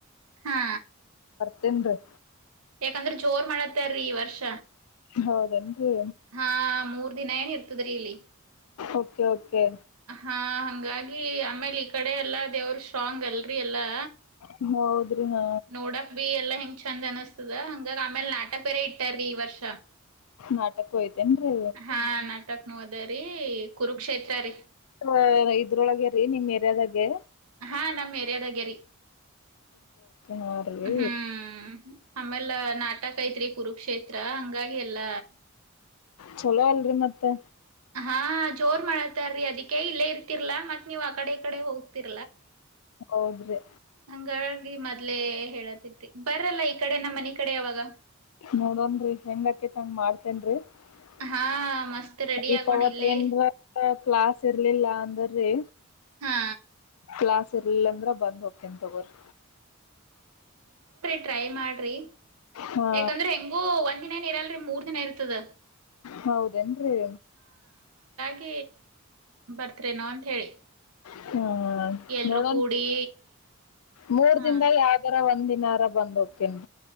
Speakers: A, on the right; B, on the left.
A: ಹಾ
B: ತಿನ್ನರಿ
A: ಯಾಕಂದ್ರ ಜೋರ್ ಮಾಡತ್ತಾರೀ ಈ ವರ್ಷ
B: ಹೌದೇನ್ರಿ
A: ಹಾ ಮೂರ್ ದಿನ ಏನ ಇರ್ತದ್ರೀ ಇಲ್ಲಿ
B: ಓಕೆ ಓಕೆ
A: ಹಾ ಹಂಗಾಗಿ ಆಮೇಲೆ ಈ ಕಡೆ ಎಲ್ಲಾ ದೇವ್ರ ಸ್ಟ್ರಾಂಗ್ ಅಲ್ರಿ ಎಲ್ಲಾ
B: ಹ್ಮ ಹೌದ್ರಿ ನಾ
A: ನೋಡಕ್ ಬಿ ಎಲ್ಲಾ ಹೆಂಗ ಚಂದ ಅನಸ್ತದ ಹಂಗಾಗ ಆಮೇಲ್ ನಾಟಕ ಬೇರೆ ಇಟ್ಟಾರೀ ಈ ವರ್ಷ
B: ನಾಟಕ್ಕು ಐತೇನ್ರಿ
A: ಹಾ ನಾಟಕ್ನು ಅದರಿ ಕುರುಕ್ಷೇತ್ರ ರೀ
B: ಹ ಇದ್ರೊಳಗೆ ರೀ ನಿಮ್ ಎರ್ಯದಾಗೆ
A: ಹಾ ನಮ್ ಏರಿಯಾದಾಗರಿ
B: ಹಾ ರೀ
A: ಹ್ಮ್ ಆಮೇಲೆ ನಾಟಕ ಐತ್ರಿ ಕುರುಕ್ಷೇತ್ರ ಹಂಗ ಹಾಗಲ್ಲ
B: ಚಲೋ ಅಲ್ರಿ ಮತ್ತೆ
A: ಹಾ ಜೋರ್ ಮಾಡತ್ತಾರೀ ಅದಕ್ಕೆ ಇಲ್ಲೇ ಇರ್ತಿರ್ಲಾ ಮತ್ ನೀವ್ ಆ ಕಡೆ ಈ ಕಡೆ ಹೋಗ
B: ಹೌದ್ರಿ
A: ಹಂಗಾಗಿ ಮೊದ್ಲೇ ಹೇಳ ಬರಲ್ಲ ಈ ಕಡೆ ನಮ್ಮ್ ಮನೆ ಕಡೆ ಯಾವಾಗ
B: ನೋಡನ್ರಿ ಹೆಂಗ ಆಕೇತ್ಂಗ ಮಾಡ್ತೇನ್ರರಿ
A: ಹಾ ಮಸ್ತ್ ರೆಡಿ ಆಗೋಣ
B: ಪವತ್ಂದ್ರ
A: ಇಲ್ಲೇ
B: ಕ್ಲಾಸ್ ಇರ್ಲಿಲ್ಲ ಅಂದ್ರಿ
A: ಹಾ
B: ಕ್ಲಾಸ್ ಇಲ್ಲಂದ್ರೆ ಬಂದು ಹೋಗ್ತೀನಿ ತೊಗೋರಿ
A: ಟ್ರ ಮಾಡ್ರಿ
B: ಹಾ
A: ಯಾಕಂದ್ರೆ ಹೆಂಗು ಒಂದ್ ದಿನ ಇರಲ್ರಿ ಮೂರ್ ದಿನ ಇರ್ತದ
B: ಹೌದೇನ್ರಿ
A: ಹಾಗ ಬರ್ತೇನೋ ಅಂತ ಹೇಳಿ
B: ಹ್ಮ
A: ಎಲ್ರೂ
B: ನೋಡ
A: ಕೂಡಿ
B: ಮೂರ್
A: ಹಾ
B: ದಿಂದ ಯಾವ್ದರ ಒಂದ ದಿನಾರ ಬಂದ್ ಕೇನ್